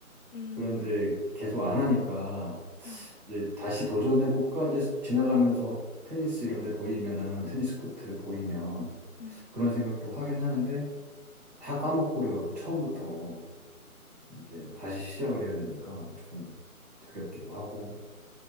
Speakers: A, on the left; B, on the right.
A: 음,
B: 그런데 계속 안 하니까
A: 음,
B: 이제 다시 도전해볼까 이제 지나가면서 테니스 이런 데 보이면은 테니스 코트 보이면
A: 음.
B: 그런 생각도 하긴 하는데 다 까먹고 그래갖고 처음부터 이제 다시 시작을 해야 되니까 조금 두렵기도 하고